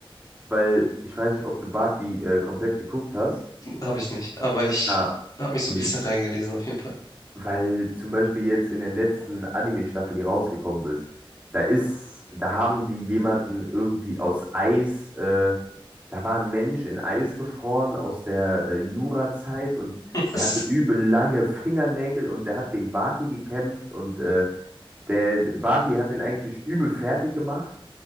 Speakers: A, on the right; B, on the left.
A: weil ich weiß nicht, ob du Barty äh, komplett geguckt hast.
B: Habe ich nicht. Aber ich
A: Ah,
B: habe mich
A: okay,
B: so ein bisschen reingelesen, auf jeden Fall.
A: weil zum Beispiel jetzt in den letzten Anime-Staffel, die rausgekommen ist, da ist, da haben die jemanden irgendwie aus Eis, äh, Da war ein Mensch in Eis gefroren aus der äh, Jurazeit und
B: <laughs> Was?
A: der hatte so übel lange Fingernägel und der hat gegen Baki gekämpft und äh, der Baki hat den eigentlich übel fertig gemacht